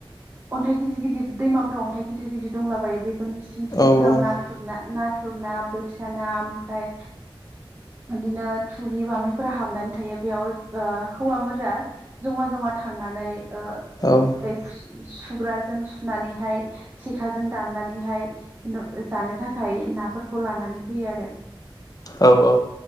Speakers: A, on the right; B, on the left.
A: अन्थाइ गिदिर गिदिर दैमाफोराव अन्थाइ गिदिर गिदिर दंलाबायो बे फोरफोरनि सिं सिंफोराव
B: औ
A: नाथुरना नाथुरना बोथिया ना ओमफ्राय बिदिनो थुरि बामिफोरा हाबनानै थायो बेयाव ओ हौवाफोरज जमा जमा थांनानै ओ
B: औ औ
A: ऐ खु सुग्राजों सुनानैहाय सेखाजों दाननानैहाय नाय जानो थाखाय नाफोरखौ लानानै फैयो आरो।
B: औ औ